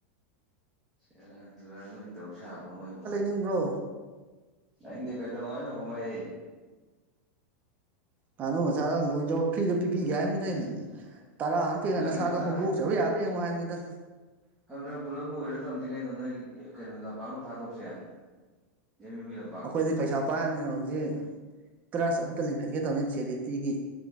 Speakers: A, in the centre; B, on the right.
A: ꯁꯦꯔꯥꯟ ꯇꯨꯔꯥꯟ ꯅꯣꯏ ꯇꯧ ꯁꯥꯕ ꯑꯃ ꯏꯕꯣ
B: ꯏꯪꯕ꯭ꯔꯣ
A: ꯅꯅꯤꯡꯗꯦ ꯀꯩꯗꯧ ꯍꯥꯏꯅꯣ ꯈꯨꯃꯩ
B: ꯉꯥꯅꯨ ꯃꯆꯥꯗ ꯂꯣꯏꯖꯧ ꯐ꯭ꯔꯤꯗ ꯄꯤꯕꯤꯒꯦ ꯍꯥꯏꯝꯅꯤꯗꯜ ꯇꯔꯥ ꯑꯃ ꯄꯤꯔ
A: ꯅꯠꯇ꯭ꯔꯒ
B: ꯅꯁꯥꯗꯣ ꯍꯧꯗꯣꯛ ꯇꯕ ꯌꯥꯕ꯭ꯔꯥ ꯌꯦꯡꯉꯣ ꯍꯥꯏꯝꯅꯤꯗ
A: ꯍꯟꯗꯛ ꯄꯨꯂꯞ ꯂꯣꯏꯔ ꯊꯝꯁꯤ ꯀꯩꯅꯣ ꯅꯣꯏ ꯀꯩꯅꯣ ꯂꯝꯄꯥꯛꯗꯣ ꯊꯥꯗꯣꯛꯁꯦ ꯑꯦꯝ ꯌꯨꯒꯤ ꯂꯝ
B: ꯑꯈꯣꯏꯗꯤ ꯄꯩꯁꯥ ꯄꯥꯏꯔꯝꯅꯤꯅ ꯍꯧꯖꯤꯛ ꯇ꯭ꯔꯁ ꯑꯝꯇ ꯂꯤꯡꯈꯠꯀꯦ ꯇꯧꯅꯤ ꯆꯦꯔꯤꯇꯤꯒꯤ